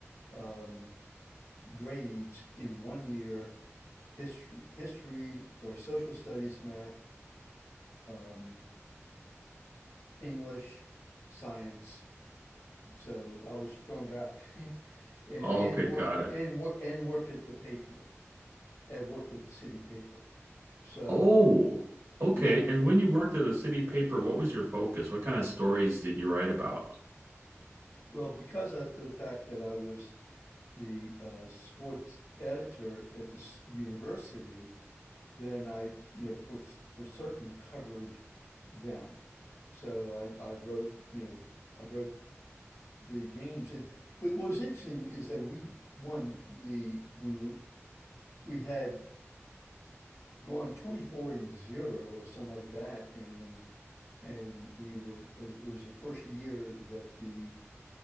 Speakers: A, on the left; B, on the right.
A: um, grades in one year. History, history or social studies, math, um, English, science. So I was strung out, <laughs> and
B: Okay,
A: and worked
B: got it.
A: and worked and worked at the paper and worked at the city paper. So.
B: Oh, okay.
A: Yeah.
B: And when you worked at the city paper, what was your focus? What kind of stories did you write about?
A: Well, because of the fact that I was the uh, sports editor at this university, then I, you know, for for certain covered them. So I, I wrote, you know, I wrote the games, and what, what was interesting is that we won the we were we had gone 24 and zero or something like that, and and we were it it was the first year that the